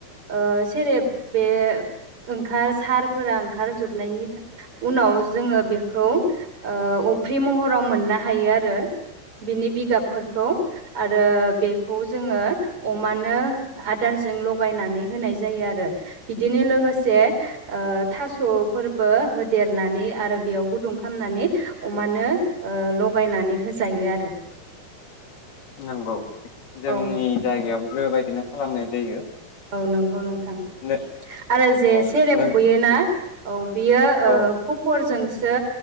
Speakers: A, on the right; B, on the left.
A: ओ सेरेब बे ओं ओंखार सारफोरा ओंखार जोबनायनि था उनाव जोङो बेखौ ओ अफ्रि महराव मोननो हायो आरो बिनि बिगाबफोरखौ आरो बेखौ जोङो अमानो आदारजों लगायनानै होनाय जायो आरो बिदिनो लोगोसे ओ थास'फोरबो होदेरनानै आरो बेयाव गुदुं खालामनानै अमानो ओ लगायनानै होजायो आरो।
B: नंगौ। जोंनि
A: औ
B: जायगायाव बेबायदिनो खालामनाय जायो।
A: औ नोंगौ नों थां
B: नो
A: आरो जे
B: औ
A: सेरेब
B: नों
A: गयोना औ। बियो
B: औ
A: ओ खपरजों सो